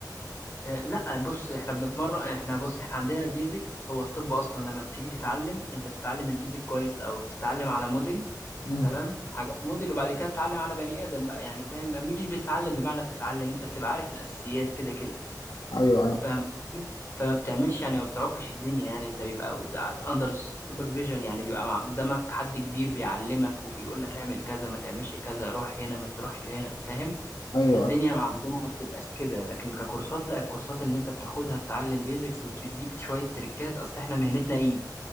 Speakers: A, on the left (about 30°); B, on the left (about 75°).
A: آه لا بص احنا بنتمرن احنا بص احنا عندنا البيزك هو الطب اصلا لما بتيجي تتعلم انت بتتعلم البيزك كويس او بتتعلم على موديل
B: مم.
A: تمام حاجات موديل وبعد كده بتتعلم على بني ادم بقى يعني فاهم مش بتتعلم بمعنى بتتعلم انت بتبقى عارف الاساسيات كده كده
B: ايوه ايوه
A: فاهم قصدي؟ فما بتعملش يعني ما بتعكش الدنيا يعني انت بيبقى اندر سوبرفيجن يعني بيبقى مع- قدامك حد كبير بيعلمك وبيقول لك اعمل كذا ما تعملش كذا روح هنا ما تروحش هنا فاهم
B: ايوه
A: فالدنيا مع عندنا ما بتبقاش كده لكن ككورسات لا الكورسات اللي انت بتاخدها بتعلم بيزكس وبتديك شوية تريكات اصل احنا مهنتنا ايد